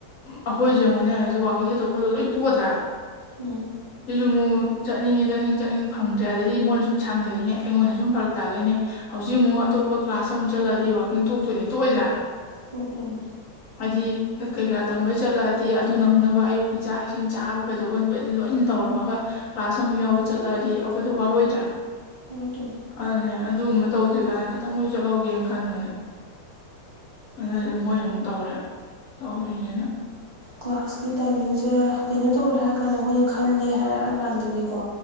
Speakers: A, on the left; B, on the right.
A: ꯑꯩꯈꯣꯏꯁꯦ ꯑꯩꯉꯣꯏꯅꯦ ꯍꯧꯖꯤꯛ ꯋꯥꯛꯀꯤꯡ ꯆꯊꯣꯛ ꯈꯣꯠꯇꯧ ꯂꯣꯏ ꯇꯣꯛꯗ꯭ꯔꯥ
B: ꯎꯝ
A: ꯑꯗꯨꯁꯨ ꯃꯨ ꯆꯠꯅꯤꯡꯉꯦ ꯆꯠꯅꯤꯡ ꯆꯠꯅꯤꯡ ꯐꯪꯗ꯭ꯔꯦ ꯑꯗꯗꯤ ꯃꯣꯏꯅ ꯁꯨꯝ ꯁꯥꯡꯊꯅꯤꯡꯉꯦ ꯑꯩꯉꯣꯟꯗ ꯁꯨꯝ ꯐꯔꯛ ꯇꯥꯗꯣꯏꯅꯦ ꯍꯧꯖꯤꯛ ꯑꯃꯨꯛ ꯑꯇꯣꯞꯄ ꯀ꯭ꯂꯥꯁ ꯑꯃꯨꯛ ꯆꯠꯂꯛꯑꯗꯤ ꯋꯥꯛꯀꯤꯡ ꯇꯣꯛꯇꯣꯏꯅꯦ ꯇꯣꯛꯑꯣꯏꯗ꯭ꯔꯥ
B: ꯇꯣꯛꯇꯣꯏꯅꯤ
A: ꯍꯥꯏꯗꯤ ꯀꯩꯀꯥ ꯇꯝꯕꯩ ꯆꯠꯂꯛꯑꯗꯤ ꯑꯗꯨ ꯅꯪꯅꯕ ꯑꯌꯨꯛꯀꯤ ꯆꯥꯛ ꯏꯁꯤꯡ ꯆꯥꯕ ꯀꯩꯗꯧꯕ ꯂꯣꯏ ꯂꯣꯏ ꯇꯧꯔꯝꯃꯒ ꯀ꯭ꯂꯥꯁ ꯑꯃꯨꯛ ꯌꯥꯎꯕ ꯆꯠꯂꯛꯑꯗꯤ ꯑꯩꯈꯣꯏꯗ ꯋꯥꯔꯣꯏꯗ꯭ꯔꯥ
B: ꯍ ꯐꯦ
A: ꯑꯅꯦ ꯑꯗꯨꯒꯨꯝꯕ ꯇꯧꯗ꯭ꯔꯤ ꯀꯥꯏꯅ ꯈꯤꯇꯪ ꯂ ꯆꯠꯍꯧꯒꯦꯅ ꯈꯟꯕꯅꯦ ꯑꯗꯨꯗꯤ ꯃꯣꯏ ꯑꯃꯨꯛ ꯇꯧꯔꯦ ꯇꯧꯔꯤꯅꯤꯅ
B: ꯀ꯭ꯂꯥꯁꯀꯤ ꯇꯥꯏꯃꯤꯡꯁꯦ ꯀꯩꯅꯣ ꯇꯧꯔꯦ ꯍꯥꯏꯔ ꯀꯥꯟꯗ ꯃꯣꯏꯅ ꯈꯜꯂꯦ ꯍꯥꯏꯔꯛꯑꯀꯥꯟꯗꯗꯤꯀꯣ